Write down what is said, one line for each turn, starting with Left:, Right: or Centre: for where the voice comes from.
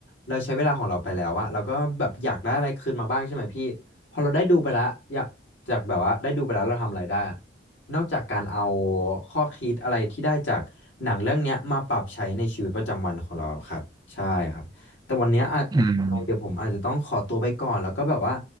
Left: เราใช้เวลาของเราไปแล้วอะเราก็แบบอยากได้อะไรคืนมาบ้างใช่ไหมพี่พอเราได้ดูไปแล้วอยากจากแบบว่าได้ดูไปแล้วเราทำอะไรได้อะนอกจากการเอาข้อคิดอะไรที่ได้จากหนังเรื่องเนี้ยมาปรับใช้ในชีวิตประจำวันของเราครับใช่ครับแต่วันเนี้ยอะ
Right: อืม
Left: เดี๋ยวผมอาจจะต้องขอตัวไปก่อนแล้วก็แบบว่า